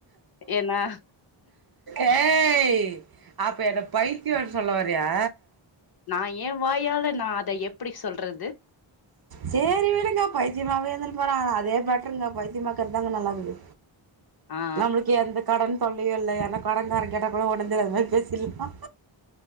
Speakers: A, on the left; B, on the right.
A: ஏன்னா
B: ஏய் அப்ப என்ன பைத்தியோன்னு சொல்ல வரியா
A: நா ஏ வாய்யால நா அத எப்டி சொல்றது
B: சேரி விடுங்க பைத்தியமாவே இருந்துனு போறே அதே பெட்ருங்க பைத்தியமாக்கிறதாங்க நல்லாக்குது
A: ஆ
B: நம்ப்ளுக் இ எந்த கடன் தொல்லையு இல்ல ஏன்னா கடன்ங்காரன் கேட்டா கூட ஒடந்து அது மாத்ரி பேசிட்லா